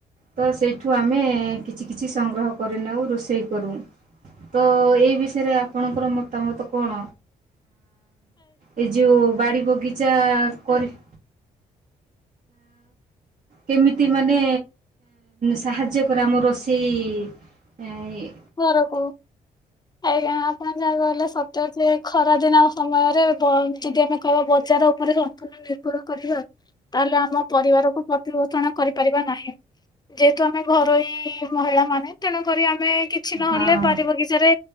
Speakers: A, on the right (about 45°); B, on the left (about 20°).
A: ତ ସେଇଠୁ ଆମେ କିଛି କିଛି ସଂଗ୍ରହ କରିନେଉ ରୋଷେଇ କରୁ। ତ ଏଇ ବିଷୟରେ ଆପଣଙ୍କର ମତାମତ କଣ ଏ ଯୋଉ ବାଡ଼ି ବଗିଚା ଯା କରିବି କେମିତି ମାନେ ସାହାଯ୍ୟ କରେ ଆମ ରୋଷେଇ ଇ
B: ଘର କୁ ଆଜ୍ଞା। ଆପଣ ଯା କହିଲେ ସତ ଖରାଦିନ ସମୟରେ ଯଦି ଆମେ କହିବା ବଜାର ଉପରେ ସମ୍ପୂର୍ଣ୍ଣ ନିର୍ଭର କରିବା ତାହେଲେ ଆମ ପରିବାରକୁ ପ୍ରତିିପୋଷଣ କରିପାରିବା ନାହିଁ। ଯେହେତୁ ଆମେ ଘରୋଇ ମହିଳା ମାନେ ତେଣୁକରି ଆମେ ମାନେ କିଛି ନହେଲେ
A: ହଁ
B: ବାରି ବଗିଚାରେ